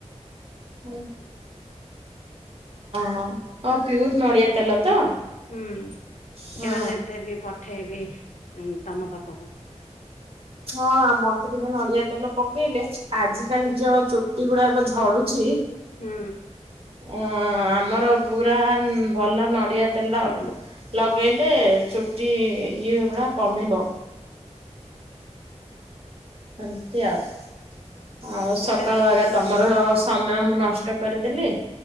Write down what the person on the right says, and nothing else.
ହଁ ହଁ ହଁ ପିଓର ନଡିଆ ତେଲ ତ?
ହଁ।
ହଁ ମତେ ଟିକେ ନଡିଆ ତେଲ ପକେଇଲେ ଆଜି କାଲି
ଯୋଉ ଚୁଟି ଗୁଡାକ ଝଡୁଛି
ଆଁ ଆମର ପୁରା ଭଲ ନଡିଆ ତେଲ
ଲଗେଇଲେ ଚୁଟି ଇଏ ହବା କମିବ। ଏମିତି ଆଉ ଆଉ ସକାଳୁଆ
ଗା ତମର ସମୟ ମୁଁ ନଷ୍ଟ କରିଦେଲି।